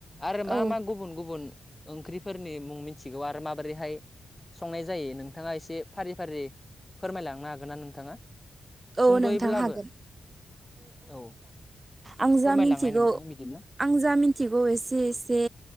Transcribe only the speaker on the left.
आरो मा
मा गुबुन गुबुन ओंख्रिफोरनि मुं मिथिगौ आरो माबोरैहाय। संनाय जायो नोंथाङा एसे फारि फारि फोरमायलांनो हागोन नना नोंथाङा? सुंदयैब्लाबो
औ
फोरमायलांनाय
नोंथां बिदि।